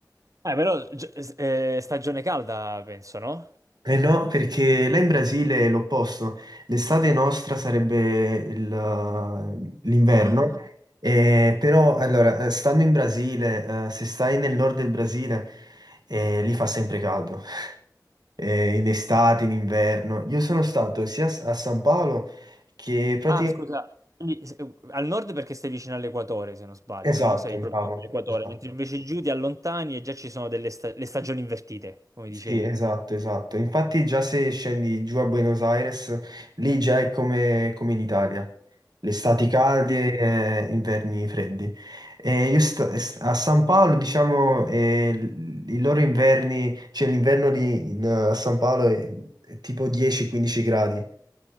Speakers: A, on the right; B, on the right.
A: Ah, però gi- eh, stagione calda, penso, no?
B: Eh no, perché là in Brasile è l'opposto. L'estate nostra sarebbe il, uh, l'inverno,
A: Ah,
B: eh,
A: no.
B: però allora, eh, stando in Brasile, eh, se stai nel nord del Brasile, eh, lì fa sempre caldo, <laughs> Eh, in estate, in inverno. Io sono stato sia a San Paolo che praticamente...
A: Ah, scusa, quindi, se- al nord perché sei vicino all'equatore, se non sbaglio,
B: Esatto,
A: no? Sei proprio
B: bravo,
A: all'equatore,
B: esatto.
A: mentre invece giù ti allontani e già ci sono delle sta- le stagioni invertite, come
B: Sì,
A: dicevi.
B: esatto, esatto. Infatti già se scendi giù a Buenos Aires, lì già è come, come in Italia. Le estati calde
A: Mm.
B: e inverni freddi. E io sta- a San Paolo, diciamo, eh, l- i loro inverni, cioè l'inverno di in, eh, a San Paolo è, è tipo 10-15 gradi.